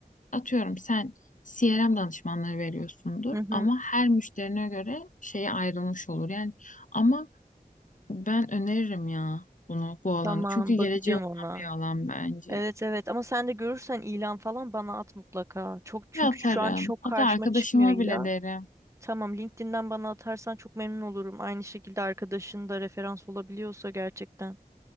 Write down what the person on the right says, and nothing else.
Hı hı,
tamam,
bakacağım
ona.
Evet evet ama sen de görürsen ilan falan bana at mutlaka. Çok çünkü
şu an çok
karşıma
çıkmıyor ilan.
Tamam LinkedIn'den bana atarsan çok memnun olurum. Aynı şekilde arkadaşın da referans olabiliyorsa gerçekten.